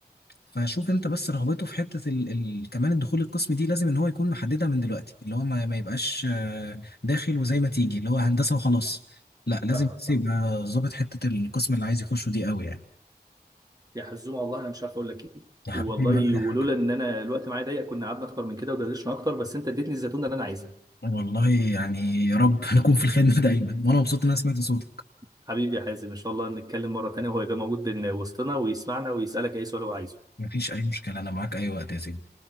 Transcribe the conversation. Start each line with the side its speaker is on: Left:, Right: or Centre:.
Left: فشوف أنت بس رغبته في حتة ال... ال... كمان الدخول القسم دي لازم إن هو يكون محددها من دلوقتي اللي هو ما, ما يبقاش آه، داخل وزي ما تيجي اللي هو هندسة وخلاص لا لازم
Right: فاهمك
Left: بس
Right: فاهمك
Left: يبقى ظابط حتة القسم اللي عايز يخشه دي قوي يعني
Right: يا حزومه والله انا مش عارف اقول لك ايه
Left: يا حبيبي
Right: والله
Left: ولا أي
Right: ولولا
Left: حاجة
Right: ان انا الوقت معايا ضيق كنا قعدنا اكتر من كده ودردشنا اكتر بس انت اديتني الزيتونه اللي انا عايزها
Left: والله يعني يا رب <laughs> نكون في الخدمة دايما وانا مبسوط ان انا سمعت صوتك
Right: حبيبي يا حازم ان شاء الله نتكلم مره تانيه وهو يبقى موجود بين وسطنا ويسمعنا ويسالك اي سؤال هو عايزه
Left: مفيش اي مشكلة انا معاك اي وقت يا سيدي